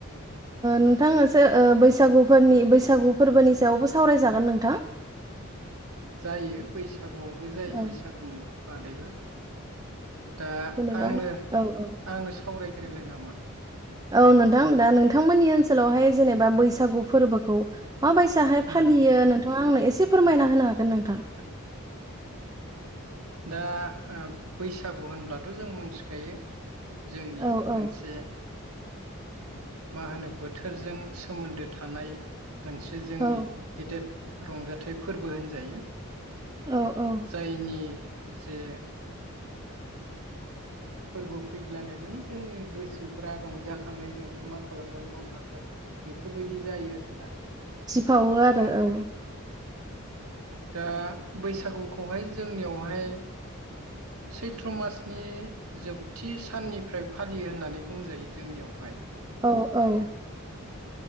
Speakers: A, on the right; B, on the right.
A: नोंथाङासो बैसागुफोरनि बैसागु फोरबोनि सायावबो सावरायजागोन नोंथां
B: जायो बैसागुआवबो जायो
A: औ
B: बैसागुनि बादैबो दा
A: जेनेबा
B: आंनो
A: औ औ
B: आंनो सावरायग्रोनो नामा
A: औ नोंथां दा नोंथांमोननि ओनसोलावहाय जेनेबा बैसागु फोरबोखौ माबायसाहाय फालियो
B: उम
A: नोंथाङा आंनो एसे फोरमायना होनो हागोन नोंथां
B: दा बैसागु होनब्लाथ' जों मोनथिखायो जोंनि
A: औ औ
B: मोनसे मा होनो बोथोरजों सोमोन्दो थानाय मोनसे जोंनि
A: औ
B: गेदेद रंजाथाइ फोरबो होनजायो
A: औ औ
B: जायनि जे फोरबो फैब्लानो माने जोंनि गोसोफ्रा रंजाखांनायजोंनो मा खालामगोन मा मागोन बेफोरबायदि जायो आरोना
A: बावो आरो
B: दा
A: औ
B: दा बैसागुखौहाय जोंनियावहाय सैथ्र मासनि जोबथि साननिफ्राय फालियो होननानै बुंजायो जोंनियावहाय
A: औ औ